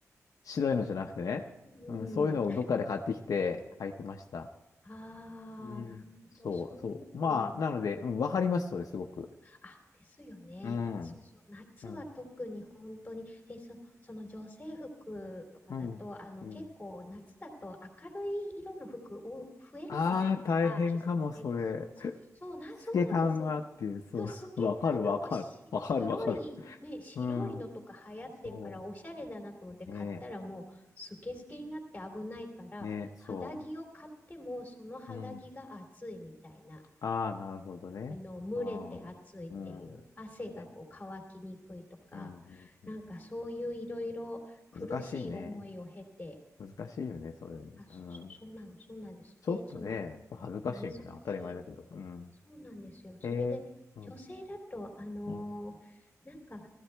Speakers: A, on the left (about 80°); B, on the left (about 25°).
A: 白いのじゃなくてね、
B: うん。
A: うん、そういうのをどっかで買ってきて履いてました。
B: ああ、
A: うん。
B: なるほど。
A: そう、
B: そういうのは、
A: そう。まあ、なので、うん、わかります、それ、すごく。
B: あ、ですよね。
A: うん。
B: そうそう。夏は特に本当に。
A: うん。
B: で、そ、その女性服とかだと、
A: うん。
B: あの、
A: うん。
B: 結構夏だと明るい色の服を増えるじゃないですか。
A: ああ、大変かも、
B: 季節的に。
A: それ。
B: そう、そうな、
A: 透け感があって、
B: そうなんです。
A: そう、
B: そう、透け感がもうし、
A: <laughs> わかる、わかる。わかる、
B: 白い、
A: わかる。
B: ね、白いのとか流行ってるから、
A: うん。そ
B: おしゃれだなと思って買ったらもう、
A: う。ね
B: スケスケになって危ないから、
A: え、ねえ、そ
B: 肌着を買っても、その肌着が暑いみたいな。
A: う。うん。ああ、なるほどね。
B: あの、蒸れて暑いっていう、
A: ああ、うん。
B: 汗がこう乾きにくいとか、
A: ね。うん、うんう
B: なんかそういういろいろ苦しい思いを経て、
A: ん。難しいね。難しいよね、それね。
B: あ、そうそう、
A: うん。
B: そうなんです、そうなんです。
A: ちょっとね、
B: で、その、
A: やっぱ恥ずかしいよね。
B: 難しい。
A: 当たり前だけど。うん。
B: そうなんですよ。それで、
A: ええうん、
B: 女性だと、あのーなんか、
A: うん、